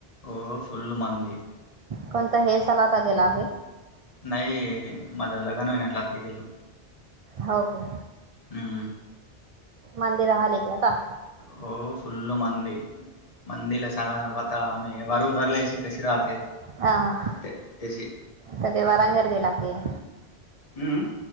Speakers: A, on the left; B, on the right.
A: ओ फुल् मंद
B: कोणता हे सला त गेला आहे.
A: नाही माझ्या लगन हो ना आ गेलो
B: हो का
A: हम्म
B: मंदरहाले क आता
A: हो फुल् मंद मंदिला सांगा ना आता आम्ही वरूधरल्या कशी राहते.
B: हह
A: ते तशी
B: त ते वरा करदीलाखी <unintelligible>
A: हम्म